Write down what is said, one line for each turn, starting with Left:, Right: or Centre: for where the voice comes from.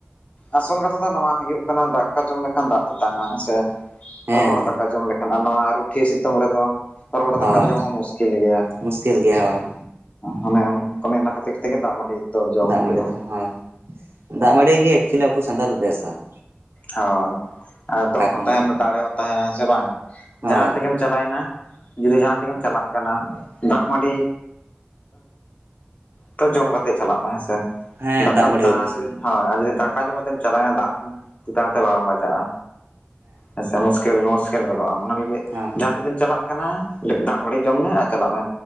Left: ᱟᱥᱚᱞ ᱠᱟᱛᱷᱟ ᱫᱚ ᱱᱚᱣᱟ ᱦᱩᱭᱩᱜ ᱠᱟᱱᱟ ᱫᱟᱠᱟ ᱡᱚᱢ ᱞᱮᱠᱷᱟᱱ ᱫᱟᱜ ᱛᱮᱛᱟᱝᱟ ᱦᱮᱸ ᱥᱮ ᱾
Right: ᱦᱮᱸ
Left: ᱨᱚᱦᱚᱲ
Right: ᱦᱮᱸ
Left: ᱫᱟᱠᱟ ᱡᱚᱢ ᱞᱮᱠᱷᱟᱱ ᱟᱨ ᱱᱚᱣᱟ ᱨᱩᱴᱷᱤᱭᱟᱹ ᱥᱤᱛᱩᱝ ᱨᱮᱫᱚ ᱨᱚᱦᱚᱲ ᱫᱟᱠᱟ
Right: ᱦᱳᱭ
Left: ᱡᱚᱢ ᱦᱚᱸ ᱢᱩᱥᱠᱤᱞ ᱜᱮᱭᱟ
Right: ᱢᱩᱥᱠᱤᱞ ᱜᱮᱭᱟ ᱦᱳᱭ
Left: ᱚᱱᱮ ᱚᱱᱮ ᱚᱱᱟ ᱠᱷᱟᱹᱛᱤᱨ ᱛᱮᱜᱮ ᱫᱟᱜ ᱢᱟᱹᱰᱤ ᱛᱚ ᱡᱚᱢ
Right: ᱫᱟᱜ
Left: ᱦᱩᱭᱩᱜᱼᱟ᱾
Right: ᱢᱟᱹᱲᱤ ᱫᱚ ᱦᱳᱭ ᱫᱟᱜ ᱢᱟᱹᱲᱤ ᱜᱮ ᱮᱠᱪᱩᱭᱞᱤ ᱟᱵᱚ ᱥᱟᱱᱛᱟ ᱫᱚ ᱵᱮᱥᱼᱟ ᱾
Left: ᱦᱳᱭ ᱟᱨ ᱫᱚᱢ ᱦᱚᱸ
Right: ᱠᱷᱚᱱ
Left: ᱛᱟᱦᱮᱱᱟ
Right: ᱫᱚ
Left: ᱫᱟᱲᱮ ᱦᱚᱸ ᱛᱟᱦᱮᱱᱟ ᱥᱮ ᱵᱟᱝ
Right: ᱦᱳᱭ
Left: ᱡᱟᱦᱟᱸ ᱛᱮᱜᱮᱢ ᱪᱟᱵᱟᱭᱱᱟ ᱡᱩᱫᱤ ᱡᱟᱦᱟᱸ ᱛᱮᱜᱮᱢ ᱪᱟᱞᱟᱜ ᱠᱟᱱᱟ ᱫᱟᱜ ᱢᱟᱹᱰᱤ ᱛᱚ ᱡᱚᱢ ᱠᱟᱛᱮᱜ ᱪᱟᱞᱟᱜ ᱢᱮ ᱦᱮᱸ ᱥᱮ
Right: ᱦᱮᱸ
Left: ᱫᱟᱠᱟ
Right: ᱢᱟᱹᱰᱤ
Left: ᱫᱟᱜ
Right: ᱜᱮ ᱵᱮᱥᱟ
Left: ᱡᱩᱫᱤ ᱦᱳᱭ ᱟᱨ ᱡᱩᱫᱤ ᱫᱟᱠᱟ ᱡᱚᱢ ᱠᱟᱛᱮᱢ ᱪᱟᱞᱟᱣ ᱮᱱᱟ ᱫᱟᱜ ᱛᱮᱛᱟᱝ ᱛᱮ ᱵᱟᱢ ᱵᱟᱡᱟᱜᱼᱟ ᱦᱮᱸ ᱥᱮ ᱢᱩᱥ ᱠᱮᱞ ᱢᱩᱥᱠᱮᱞ ᱜᱚᱫᱚᱜᱼᱟ ᱚᱱᱟ ᱞᱟᱹᱜᱤᱫ
Right: ᱦᱮᱸ
Left: ᱡᱟᱦᱟᱸ ᱛᱤᱜᱤᱢ ᱪᱟᱞᱟᱜ ᱠᱟᱱᱟ ᱫᱟᱜ ᱢᱟᱹᱰᱤ ᱡᱚᱢ ᱢᱮ ᱟᱨ ᱪᱟᱞᱟᱜ ᱢᱮ